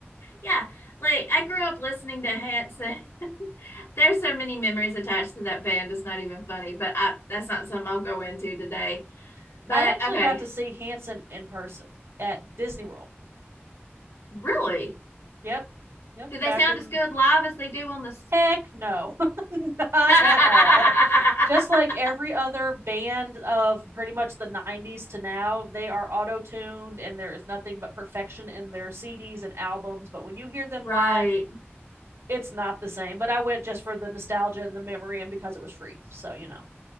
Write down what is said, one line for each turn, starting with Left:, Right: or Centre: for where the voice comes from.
Left: yeah. Like I grew up listening to Hanson. <laughs> There's so many memories attached to that band. It's not even funny, but I, that's not something I'll go into today.
Right: <laughs>
Left: But
Right: I actually
Left: okay,
Right: got to see Hanson in person at Disney World.
Left: really?
Right: Yep. Yep.
Left: Do they
Right: Back
Left: sound
Right: in
Left: as good live as they do on the?
Right: Heck no, <laughs> not
Left: <laughs>
Right: at all. Just like every other band of pretty much the 90s to now, they are auto tuned and there is nothing but perfection in their CDs and albums. But when you hear them
Left: right.
Right: live, it's not the same. But I went just for the nostalgia and the memory and because it was free. So, you know.